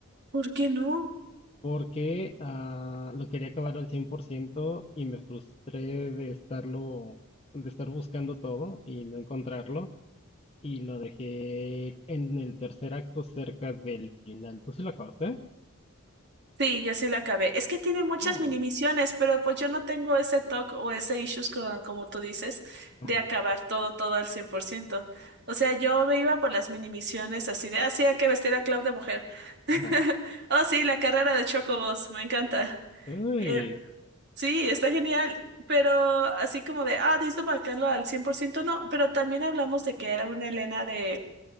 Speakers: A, on the right; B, on the left.
A: ¿Por qué no?
B: porque ah, lo quería acabar al 100% y me frustré de estarlo, de estar buscando todo y no encontrarlo. Y lo dejé en el tercer acto cerca del final. ¿Tú sí lo acabaste?
A: Sí, yo sí la acabé. Es que tiene
B: Oh,
A: muchas mini misiones, pero pues yo no tengo ese toque o ese issues con- como tú dices,
B: ajá,
A: de acabar todo, todo al 100%. O sea, yo me iba por las mini misiones así de, así hay que vestir a Cloud de mujer. <laughs>
B: ajá.
A: Oh, sí, la carrera de Chocobos, me encanta.
B: Uy.
A: Eh, sí, está genial, pero así como de, ah, necesito marcarlo al 100% no, pero también hablamos de que era una Elena de,